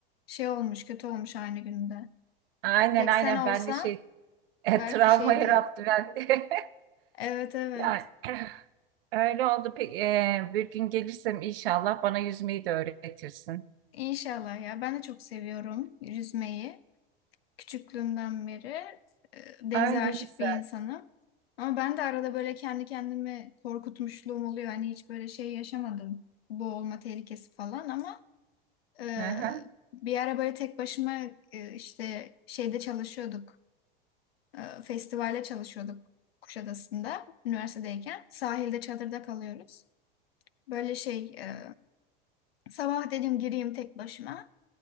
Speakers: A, on the left; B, on the right.
A: şey olmuş, kötü olmuş aynı günde.
B: Aynen
A: Tek
B: aynen
A: sen olsan
B: ben de şey e,
A: belki
B: travma
A: şey
B: yarattı
A: değil.
B: bende.
A: Evet evet.
B: <laughs> Yani Öyle oldu. Pe- e, bir gün gelirsem inşallah bana yüzmeyi de öğretirsin.
A: İnşallah ya. Ben de çok seviyorum yüzmeyi. Küçüklüğümden beri e, denize
B: Ay
A: aşık
B: ne güzel.
A: bir insanım. Ama ben de arada böyle kendi kendimi korkutmuşluğum oluyor. Hani hiç böyle şey yaşamadım. Boğulma tehlikesi falan ama e,
B: Hı hı.
A: bir ara böyle tek başıma e, işte şeyde çalışıyorduk. E, festivalde çalışıyorduk Kuşadası'nda üniversitedeyken. Sahilde çadırda kalıyoruz. Böyle şey e, Sabah dedim gireyim tek başıma.